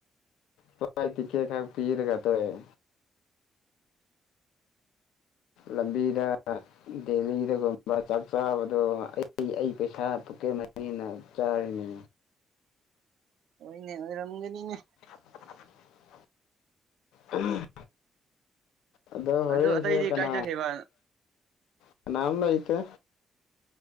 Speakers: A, on the left; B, on the right.
A: ꯇꯥꯏ ꯇꯀꯦ ꯈ ꯄꯤꯔ ꯀꯊꯣꯏꯋꯦ ꯂꯝꯕꯤꯗ ꯗꯦꯂꯤꯗꯒꯨꯝꯕ ꯆꯥꯛ ꯆꯥꯕꯗꯣ ꯑꯩ ꯑꯩ ꯄꯩꯁꯥ ꯄꯀꯦꯕꯅꯤꯅ ꯆꯥꯔꯤꯅꯤ
B: ꯑꯣꯏꯅꯦꯔꯝꯒꯦꯅꯤꯅꯦ
A: <unintelligible> ꯎꯝ ꯑꯗꯣ ꯍꯣꯔꯦꯟꯡꯁꯦ
B: ꯑꯗꯨ ꯑꯇꯩꯗꯤ
A: ꯀꯅꯥ
B: ꯀꯥꯏ ꯆꯠꯈꯤꯕ
A: ꯀꯅꯥꯅ ꯂꯣ ꯏꯀꯦ